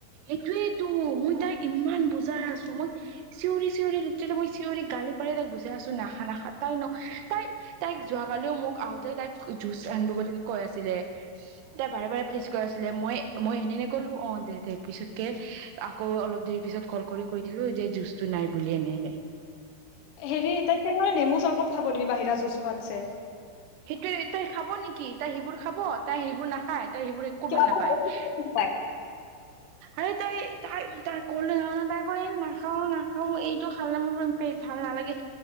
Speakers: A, on the right (about 85°); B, on the left (about 85°).
A: এইটোয়েই তো মই তাইক ইমান বুজাওঁ বুজাই আছো মই চিঞৰি চিঞৰি মই চিঞৰি গালি পাৰি তাইক বুজাই আছো নাখায় নাখা, তাই ন তাই তাইক যোৱাকালিও মোক আহোতে তাইক জুচ আনিব কৈ আছিলে তাই বাৰে বাৰে প্লিজ কৈ আছিলে মই মই এনে ক'লো অ দে পিছতকে আকৌ অলপ দেৰি পিছত কল কৰি কৈ দিলো যে জুচটো নাই বুলি এনেই নাই
B: হেৰি তাই তেনেকুৱা নেমু চৰবত খাব দিবি বাহিৰা জুচ খোৱাতকে
A: সেইটোয়ে তই খাব নেকি তাই সেইবোৰ খাব তাই সেইবোৰ নাখায় সেইবোৰ একো
B: কিয়
A: ভাল
B: বহুত
A: নাপায়
B: কোনোবাই
A: আৰু তাই তাই তাই কলে না তাই কই নাখাও নাখাও এইটো খালে মোৰ ভাল নালাগে